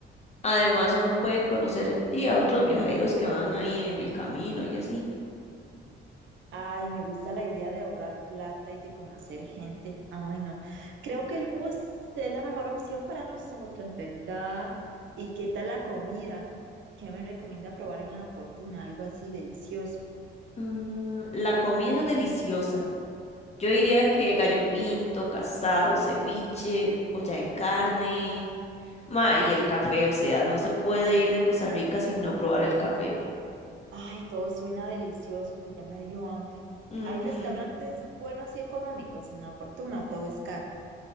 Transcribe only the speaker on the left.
además uno puede conocer di, a otros viajeros que van ahí en el camino y así.
Mm, la comida es deliciosa. Yo diría que gallo pinto, casado, ceviche, olla de carne, ma, y el café, o sea, no se puede ir de Costa Rica sin no probar el café.
Ujú.